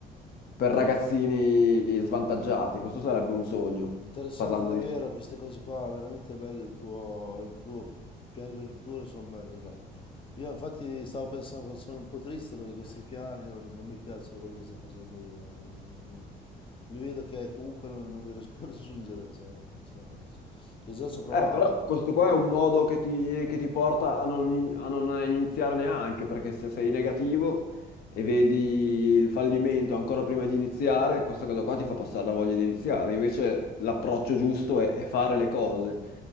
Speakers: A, on the left; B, on the left.
A: per ragazzini svantaggiati. Questo sarebbe un sogno,
B: Interessante
A: parlando
B: davvero
A: di
B: queste cose qua, veramente bello il tuo, il tuo piani per il futuro sono belli, cavolo. Io infatti stavo pensando, sono un po' triste perché questi piani non, non mi piacciono quelli che sto facendo io. non- Mi vedo che comunque non, non li riesco a raggiungere, cioè non ce la faccio. Io già ci ho provato,
A: Eh, però questo qua è un modo che ti, che ti porta a non, in- a non iniziare neanche, perché se sei negativo e vedi il fallimento ancora prima di iniziare, questa cosa qua ti fa passare la voglia di iniziare. Invece l'approccio giusto è, è fare le cose,